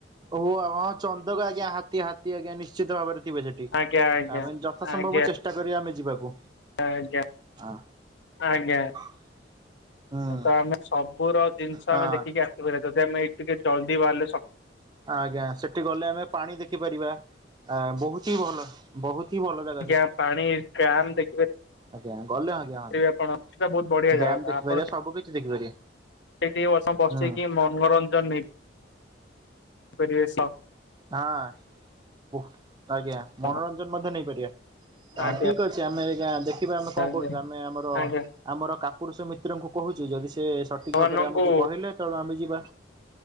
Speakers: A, on the right; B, on the left.
A: ହୋ ଆଉ ହଁ ଚନ୍ଦକ ଆଜ୍ଞା ହାତୀ ହାତୀ ଆଜ୍ଞା ନିଶ୍ଚିତ ଭାବରେ ଥିବେ ସେଠି
B: ଆଜ୍ଞା
A: ଆମେ ଯଥା ସମ୍ଭବ
B: ଆଜ୍ଞା
A: ଚେଷ୍ଟା କରିବା ଆମେ ଯିବାକୁ।
B: ଆଜ୍ଞା
A: ହଁ
B: ଆଜ୍ଞା।
A: <unintelligible> ହୁଁ।
B: ତ ଆମେ ସବୁର ଜିନିଷ
A: ହଁ
B: ଆମେ ଦେଖିକି ଆସିପାରିବା ଯଦି ଆମେ ଏଇ ଟିକେ ଜଲ୍ଦି ବାହାରିଲେ ସ
A: ଆଜ୍ଞା ସେଠି ଗଲେ ଆମେ ପାଣି ଦେଖିପାରିବା ଆ ବହୁତ ହି ଭଲ। ବହୁତ ହି ଭଲ ଲା
B: ଆଜ୍ଞା ପାଣି ଗାମ ଦେଖିବେ।
A: ଆଜ୍ଞା ଗଲେ ଆଜ୍ଞା ହଁ
B: ଆପଣ ସେଟା ବହୁତ ବଢିଆ
A: ଡ୍ୟାମ
B: ଜାଗାଟା
A: ଦେଖିପାରିବା
B: ଆପଣ ସେଇଠି
A: ସବୁ କିଛି ଦେଖିପାରିବା
B: ବର୍ଷ ବସିକି
A: ହୁଁ
B: ମନୋରଞ୍ଜନ ନେଇ ପରିବେଶ।
A: ହଁ ଉହ୍ ଆଜ୍ଞା
B: ଆପଣ
A: ମନୋରଞ୍ଜନ ମଧ୍ୟ ନେଇପାରିବା। ହଁ
B: ଆଜ୍ଞା
A: ଠିକ କ ଅଛି ଆମେ ଆଜ୍ଞା ଦେଖିବା ଆମେ କଣ
B: ଆଜ୍ଞା
A: କରୁଛୁ ଆମେ ଆମର
B: ଆଜ୍ଞା
A: ଆମର କାପୁରୁଷ ମିତ୍ରଙ୍କୁ କହୁଛୁ ଯଦି ସେ ସଠିକ
B: ସେମାନଙ୍କୁ
A: ଭାବରେ ଆମକୁ କହିଲେ ତେଳୁ ଆମେ ଯିବା।